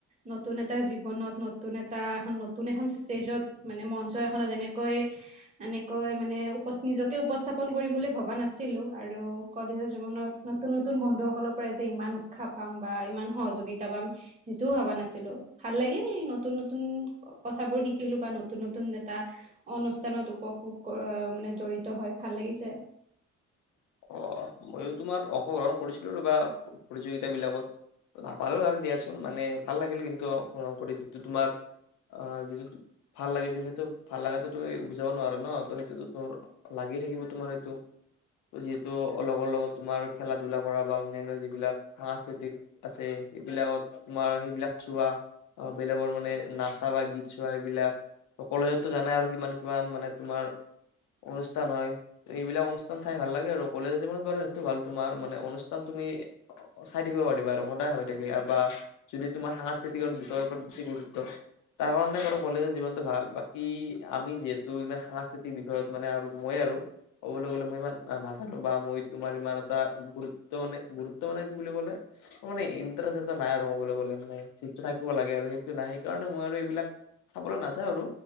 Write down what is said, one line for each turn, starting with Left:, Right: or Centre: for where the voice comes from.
Right: নতুন এটা জীৱনত নতুন- এটা এখন নতুন নতুন এখন ষ্টেজত মানে মঞ্চ এখনত যেনে- কৈ- এনেকৈ মানে উপস্থিত নিজকেও- উপস্থাপ কৰিম বুলি ভবা নাছিলো। আৰু কলেজৰ জীৱনত নতুন, নতুন বন্ধুসকলৰ পৰাই যে ইমান উৎসাহ পাম বা ইমান সহযোগিতা পাম সেইটোও ভবা নাছিলো। ভাল লাগিল নতুন, নতুন কথাবোৰ শিকিলো বা নতুন, নতুন এটা অনুষ্ঠানত উপভোগ মানে জড়িত হৈ- ভাল লাগিছে।
Left: অ মইও তোমাৰ অংশগ্ৰহণ কৰিছিলো ৰবা প্ৰতিযোগিতা বিলাকত নাপালো আৰু দিয়াচোন মানে ভাল লাগিল কিন্তু অংশগ্ৰহণ কৰি যিটো তোমাৰ অহ যিটো ভাল লাগিছিল। সেইটো ভাল লগাটো তুমি বুজাব নোৱাৰা ন। ত' সেইটোতো তোৰ লাগি থাকিব। তোমাৰ সেইটো- যিহেতু লগৰ লগত তোমাৰ খেলা- ধলা কৰা বা অন্যান্য যিবিলাক সাংস্কৃতিক আছে। সেইবিলাকত তোমাৰ সেইবিলাক চোৱা বেলেগৰ মানে নাচা বা গীত চোৱা সেইবিলাক। কলেজতো জানাই আৰু কিমান, কিমান মানে তোমাৰ- অনুষ্ঠান হয়। সেইবিলাক অনুষ্ঠান- ভাল লাগে আৰু। কলেজৰ জীৱন বাৰু সেইটো ভাল তোমাৰ মানে অনুষ্ঠান তুমি চাই থাকিব পাৰিবা। আৰু সদায় হৈ থাকে বা যোনে তোমাৰ সাংস্কৃতিক বিষয়ৰ ওপৰত বেছি গুৰুত্ব তাৰ কাৰণে বাৰু কলেজৰ জীৱনতটো ভাল। বাকী আমি যিহেতু ইমান সাংস্কৃতিক বিষয়ত মানে আৰু মই আৰু ক'বলৈ গলে মই ইমান- নাজানো বা মই তোমাৰ ইমান এটা গুৰুত্ব মানে, গুৰুত্ব মানে কি বুলি কলে মানে ইণ্টাৰেষ্ট এটা' নাই আৰু কবলৈ গলে। মানে যিটো থাকিব লাগে আৰু সেইটো নাই। সেইকাৰণে মই আৰু এইবিলাক চাবলৈ নাযাওঁ আৰু